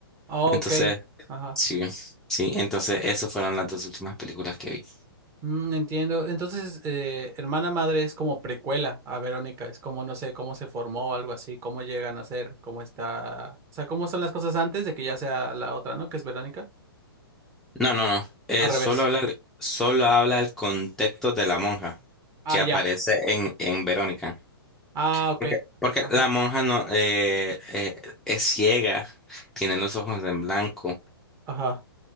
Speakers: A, on the right; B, in the centre.
A: ok,
B: Entonces,
A: ajá.
B: sí, sí, entonces esas fueron las dos últimas películas que vi.
A: Mm, entiendo. Entonces, eh, Hermana Madre es como precuela a Verónica, es como, no sé, cómo se formó, algo así, cómo llegan a ser, cómo está, o sea, cómo son las cosas antes de que ya sea la otra, ¿no? Que es Verónica.
B: No, no, no, eh,
A: Al revés.
B: solo habla, solo habla el contexto de la monja
A: Ah,
B: que aparece
A: ya.
B: en, en Verónica.
A: Ah, ok.
B: Porque, porque
A: Ajá.
B: la monja no eh, eh, es ciega, tiene los ojos en blanco
A: Ajá.